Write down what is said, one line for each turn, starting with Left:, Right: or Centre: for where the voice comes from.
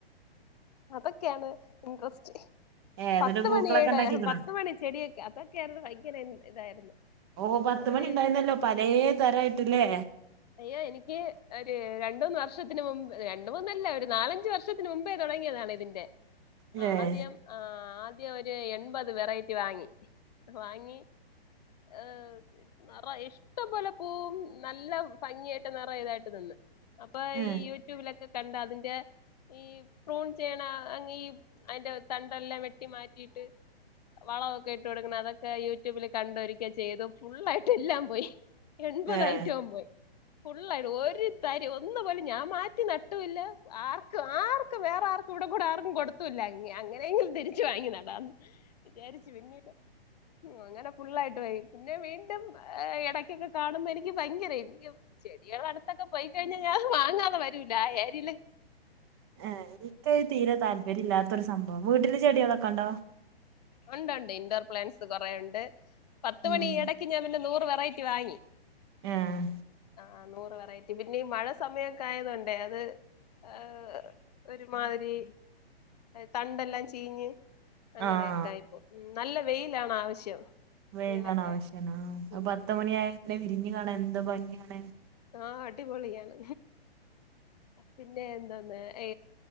Left: അതൊക്കെയാണ് ഇൻട്രസ്റ്റ്
Right: ഏഹ് എന്നിട്ട്
Left: പത്ത്
Right: പൂക്കളൊക്കെ
Left: മണിടെ
Right: ഉണ്ടാക്കിക്കണോ
Left: പത്ത് മണി ചെടിഒക്കെ അതൊക്കെയായിരുന്നു ഭയങ്കര ഇതായിരുന്നു
Right: ഓ പത്തുമണി
Left: ഒരു
Right: ണ്ടായിന്നല്ലോ പലേ തരായ്ട്ടുലേ
Left: അയ്യോ എനിക്ക് ഒര് രണ്ടൂന്ന് വർഷത്തിന് മുമ്പ് രണ്ട മൂന്നല്ല ഒരു നാലഞ്ച വർഷത്തിന് മുമ്പേ തോ തുടങ്ങിയതാണിതിന്റെ
Right: ഏഹ്
Left: ആദ്യം ആദ്യം ഒര് എൺപത് വെറൈറ്റി വാങ്ങി വാങ്ങി ഏഹ് നിറ ഇഷ്ടംപോലെ പൂവും നല്ല ഭംഗിയായിട്ട് നിറ ഇതായിട്ട് നിന്ന് അപ്പൊ
Right: ഏഹ്
Left: ഈ യൂട്യൂബില ക്കെ കണ്ട അതിന്റെ ഈ പ്രൂൺ ചേയ്യ്ണ ഈ അയിന്റെ തണ്ടെല്ലാം വെട്ടി മാറ്റി ഇട്ട് വളമൊക്കെ ഇട്ട് കൊടുക്കണം അതൊക്കെ യൂട്യൂബിലെ കണ്ടൊരു. ഒക്കെ ചെയ്തു ഫുള്ളായിട്ട് എല്ലാം പോയി എൺപത്
Right: ഏഹ്
Left: ഐറ്റുവും പോയി. ഫുള്ളായിട്ടും ഒരു തരി ഒന്ന് പോലെ ഞാൻ മാറ്റി നട്ടു ഇല്ല ആർക്കും ആർക്കും വേറെ ആർക്കും. കൂടെ കൂടെ ആർക്കും കൊടുത്തൂല്ല അങ്ങനെ അങ്ങനെയെങ്കിലും തിരിച്ച് വാങ്ങി നടാന്ന് വിചാരിച്ചു പിന്നീട് അങ്ങനെ ഫുള്ളായി പിന്നെ വീണ്ടും ഇടക്കൊക്കെ കാണുമ്പോ എനിക്ക് ഭയങ്കര ചെടികൾ അടുത്തൊക്കെ പോയി കഴിഞ്ഞ ഞാൻ വാങ്ങാതെ വരൂല ആ ഏരീ
Right: ഏഹ് ഇക്ക് അഹ് തീരെ താല്പര്യം ഇല്ലാത്തൊരു സംഭവം വീട്ടില് ചെടികളൊക്കെ ഉണ്ടോ
Left: ഉണ്ട്ണ്ട് ഇൻഡോർ പ്ലാൻസ് കൊറേ ഉണ്ട് പത്ത്
Right: ഉം
Left: മണി ഇടക്ക് ഞാൻ പിന്നെ നൂറ് <unintelligible> പോയിറ്റ് വാങ്ങി
Right: ആഹ്
Left: ആഹ് നൂറ് വെറൈറ്റി പിന്നെ ഈ മഴ സമയൊക്കെ ആയതൊണ്ടേ അത് ആഹ് ഒരുമാതിരി തണ്ടെല്ലാം ചീഞ്ഞ് അങ്ങനെയൊക്കെ
Right: ആഹ്
Left: ആയിപ്പോ നല്ല വെയ്ലാണ് ആവശ്യം
Right: വേങ്ങാണ്
Left: ഇതിനൊക്കെ
Right: ആവശ്യാണോ
Left: ഉം
Right: പത്ത് മണിയായ വിരിഞ് കാണാ എന്ത് ഭംഗിയാണ്.
Left: ആഹ് അടി പൊളിയാണ് പിന്നെ എന്തോന് എ